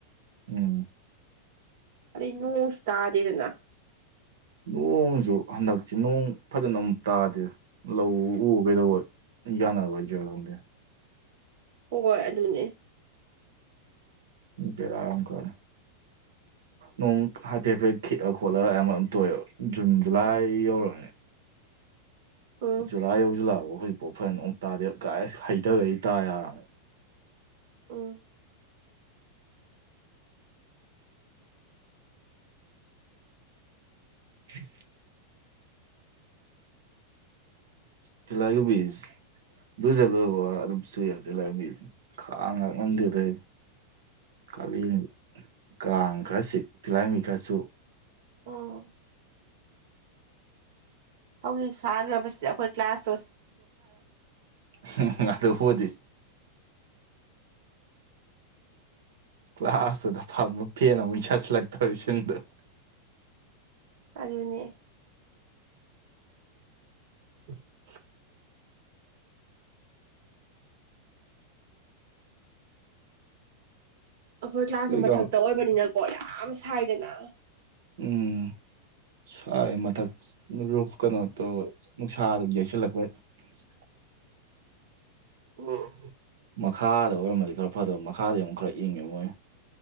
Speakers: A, on the right; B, on the right.
A: ꯎꯝ
B: ꯏꯅꯣꯛꯁꯨ ꯇꯥꯗꯦꯗꯅ
A: ꯅꯣꯡꯁꯨ ꯍꯟꯗꯛꯁ ꯅꯣꯡ ꯐꯖꯅ ꯑꯃꯨꯛ ꯇꯥꯗꯦ ꯂꯧ ꯎ ꯀꯩꯗꯧꯕ ꯌꯥꯅ ꯋꯥꯏꯖ ꯊꯦ
B: ꯍꯣꯏ ꯑꯗꯨꯅꯦ
A: ꯕꯦꯔ ꯌꯥꯝ ꯀꯥꯢ ꯅꯣꯡ ꯍꯥꯏꯐꯦꯠꯐꯦꯠ ꯈꯤꯛꯑ ꯈꯣꯠꯂ ꯌꯥꯝꯝ ꯇꯣꯛꯑꯦꯕ ꯖꯨꯟ ꯖꯨꯂꯥꯏ
B: ꯎꯝ
A: ꯌꯧꯔꯅꯤ
B: ꯎꯝ
A: ꯖꯨꯂꯥꯏ ꯌꯧꯁꯨ ꯂꯥꯛꯐ ꯍꯧꯖꯤꯛꯐꯥꯎ ꯐꯖꯅ ꯑꯃꯨꯛ ꯇꯥꯗꯦ ꯥꯏ ꯍꯩꯇꯕꯩ ꯇꯥ ꯌꯥꯔꯅꯦ
B: ꯎ
A: ꯎꯝ ꯇꯤꯂꯥꯢꯈꯨꯝꯕꯤ ꯁ ꯂꯨꯁꯂꯣꯏꯕ ꯑꯗꯨꯝ ꯁꯨꯏ ꯍꯧꯖꯤ ꯈꯥꯡ ꯉ ꯉꯝꯗꯦꯗ ꯀꯥꯂꯦꯟ ꯀꯥꯡ ꯈꯔꯁꯤ ꯇꯤꯍꯥꯡꯕꯤ ꯈꯔꯁꯨ
B: ꯑꯣ ꯑꯩꯈꯣꯏ ꯁꯥꯈꯔꯕꯁꯤꯗ ꯑꯩꯈꯣꯏ ꯀ꯭ꯂꯥꯁ
A: ꯍꯝ ꯍꯝ ꯑꯗꯨꯕꯨꯗꯤ ꯀꯂꯥꯁꯇꯨꯗ ꯐꯥꯝꯃ ꯐ‌ꯦꯟ ꯑꯃꯨꯛ ꯆꯥꯖꯂꯥꯛꯇ ꯇꯧꯋꯤꯁꯤꯡꯗ‌ꯣ
B: ꯑꯗꯨꯅꯦ <unintelligible> ꯑꯩꯈꯣꯏ ꯀ꯭ꯂꯥꯁꯁꯨ
A: ꯑꯩꯈꯣꯏꯒ
B: ꯃꯊꯛꯇ ꯑꯣꯏꯕꯅꯤꯅꯀꯣ ꯌꯥꯝ ꯁꯥꯏꯗꯅ
A: ꯎꯝ ꯁꯥꯏ ꯃꯊꯛ ꯔꯨꯞ ꯀꯩꯅꯣ ꯇꯧꯋ‌ꯦ ꯅꯨꯡꯁꯥ ꯌꯩꯁꯜꯂꯛꯄ <unintelligible>
B: ꯎꯝ
A: ꯃꯈꯥꯗ ꯑꯣꯏꯔꯝꯃꯗꯤ ꯈꯔ ꯐꯗ‌ꯣꯕ ꯃꯈꯥꯗ ꯑꯃꯨꯛ ꯈꯔ ꯏꯪꯉꯦꯕ ꯃꯣꯏ